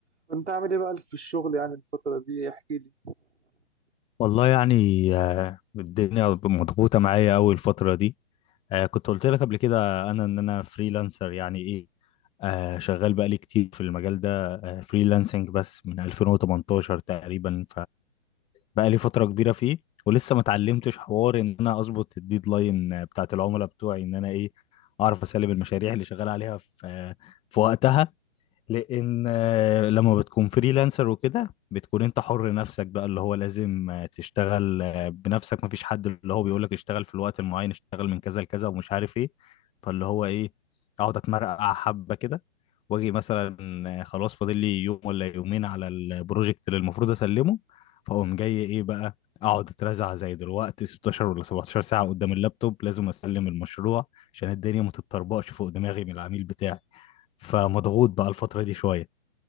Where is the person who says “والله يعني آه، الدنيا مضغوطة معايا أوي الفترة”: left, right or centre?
Left